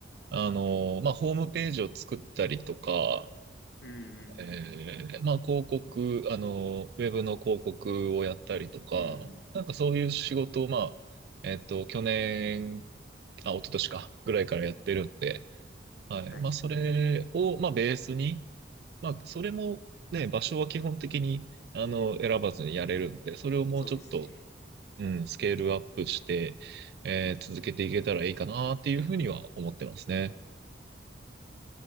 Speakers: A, on the right; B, on the left.
A: あの、まあ、ホームページを作ったりとか、
B: うん、
A: えー、まあ、広告、あの、ウェブの広告をやったりとか、
B: うん、うん。
A: なんかそういう仕事を、まあ、えっと、去年、あ、一昨年か、ぐらいからやってるんで、はい。
B: はい。
A: まあ、それを、まあ、ベースに、まあ、それもね、場所は基本的に、あの、選ばずにやれるんで、それをもうちょっと、
B: そうですね。
A: うん、スケールアップして、えー続けていけたらいいかなっていうふうには思ってますね。